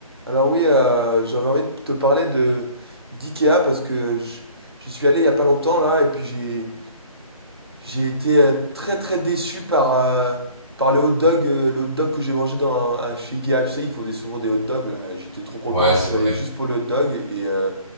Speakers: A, on the right; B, in the centre.
A: Alors oui, euh, j'avais envie de te parler de d'IKEA parce que j- j'y suis allé il y a pas longtemps là et puis j'ai j'ai été euh, très très déçu par euh, par le hot dog euh, le hot dog que j'ai mangé dans à- chez IKEA. Tu sais, ils font des, souvent des hot dogs là. J'étais trop content,
B: Ouais,
A: je
B: c'est
A: suis
B: vrai.
A: allé juste pour le hot dog et euh,